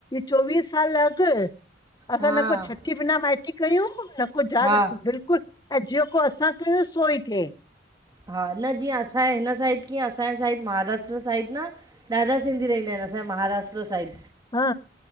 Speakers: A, on the left; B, on the right.
A: चोवीह साल अॻु असां
B: हा
A: न को छठीअ बिना माइटी कयूं न को दादा
B: हा
A: बिल्कुल ऐं जेको असां कयूं सो ई थिए
B: हा न जीअं असांजे हिन साइड कीअं असांजे साइड महाराष्ट्र साइड न ॾाडा सिंधी रइंदा आहिन असांजे महाराष्ट्र साइड
A: हा